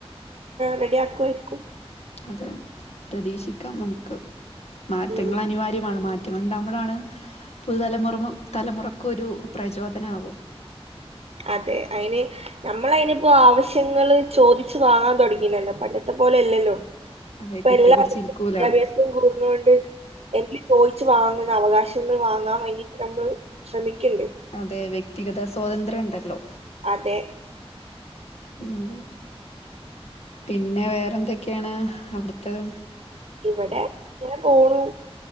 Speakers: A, on the right; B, on the left.
A: റെഡി ആക്കുവായിരിക്കും.
B: അതെ പ്രതീക്ഷിക്കാം നമുക്ക്- മാറ്റങ്ങൾ
A: ഉം
B: അനിവാര്യമാണ്. മാറ്റ- ഒറ്റ കൊണ്ടാവുമ്പോളാണ്- പുതുതലമുറ, തലമുറക്കൊരു പ്രചോദനമാവ.
A: അതെ അയിന്, നമ്മൾ അതിനിപ്പോ ആവശ്യങ്ങള്- ചോദിച്ചു വാങ്ങാൻ തുടങ്ങീണല്ലോ, പണ്ടത്തെ പോലെ അല്ലല്ലോ.
B: അതെ
A: ഇപ്പോ
B: കിട്ടി
A: എല്ലാർക്കും
B: പിടിച്ചിരിക്കൂല
A: വിദ്യാഭ്യാസവും കൂടണോണ്ട്. എന്നന്ന് ചോയിച്ചു വാങ്ങ്ണ- അവകാശങ്ങൾ വാങ്ങാൻ വേണ്ടിട്ട് നമ്മള് ശ്രമിക്കണ്ട്.
B: അതെ, അതെ വ്യക്തിഗത സ്വാതന്ത്ര്യം ഉണ്ടല്ലോ?
A: അതെ,
B: ഉം പിന്നെ വേറെ എന്തൊക്കെയാണ്, അവിടുത്തത്?
A: ഇവിടെ അങ്ങനെ പോണു.